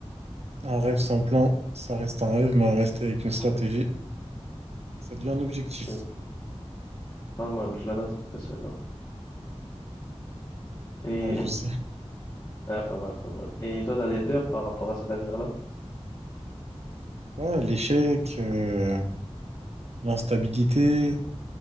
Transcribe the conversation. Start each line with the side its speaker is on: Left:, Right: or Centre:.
Right: Un rêve sans plan, ça reste un rêve, mais un rêve avec une stratégie,
Left: Hmm,
Right: ça devient un objectif.
Left: c'est pas mal. Je la note, ouais, celle-là. Et,
Right: Ouais, je sais.
Left: Ah, pas mal, pas mal. Et toi, t'as des peurs par rapport à cet avenir-là?
Right: Ouais, l'échec, euh, l'instabilité.